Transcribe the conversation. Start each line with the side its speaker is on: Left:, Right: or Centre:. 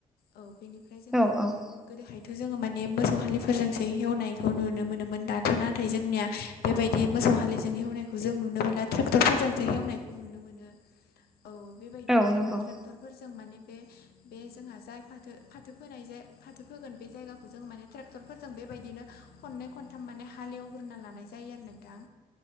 Left: औ बेनिफ्राय जोंहा
Centre: औ औ
Left: गोदोहायथ' जोङो माने मोसौ हालिफोरजोंसो हेवनायखौ नुनो मोनोमोन दाथ' नाथाय जोंनिया बेबायदि मोसौ हालिजों एवनायखौ जों नुनो मोनला ट्रेक्टरफोरजोंसो नुनो मोनो औ बेबायदिनो
Centre: औ
Left: जों
Centre: नंगौ
Left: ट्रेक्टरफोर जों माने बे बे जोंहा जाय फाथो फाथो फोनाय जाय फाथो फोगोन बे जायगाखौ जों माने ट्रेक्टरफोरजों बेबायदिनो खननै खनथाम माने हालेवग्रोना लानाय जायो आरो नोंथां